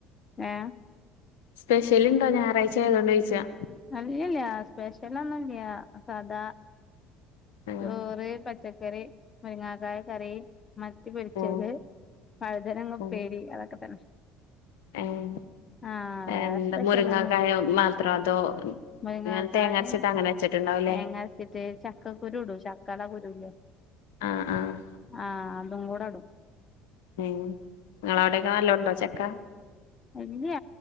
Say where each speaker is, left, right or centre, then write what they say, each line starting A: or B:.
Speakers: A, on the left; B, on the left.
A: ഏഹ്
B: സ്പെഷ്യലുണ്ടോ ഞായറാഴ്ച ആയതുകൊണ്ട് ചോയിച്ചയാ
A: അല്ലല്ല സ്പെഷ്യല് ഒന്നുല്ല്യ സാദാ
B: ആഹ്
A: ചോറ് പച്ച കറി മുരുങ്ങക്കായ കറി മത്തിപൊരിച്ചത്,
B: ആഹ്
A: വഴുതനങ്ങ ഉപ്പേരി
B: ആഹ്
A: അതൊക്കെ തന്നെ
B: ഏഹ്
A: ആഹ് വേറെ
B: എന്ത്
A: സ്പെഷ്യലൊന്നുല്ല
B: മുരങ്ങകായ മാത്രോ അതോ
A: മുരിങ്ങാക്കായിം
B: അങ്ങനെ തേങ്ങരച്ചിട്ട് അങ്ങനെ വെച്ചിട്ടുണ്ടാവുംലെ
A: തേങ്ങരച്ചിട്ട് ചക്കക്കുരു ഇടും ചക്കടെ കുരുല്ലേ
B: ആഹ് ആഹ്
A: ആഹ് അതും കൂടെ ഇടും
B: ഉം നിങ്ങള് അവിടൊക്കെ നല്ലോണം ഉണ്ടോ ചക്ക
A: ഇല്ല്യ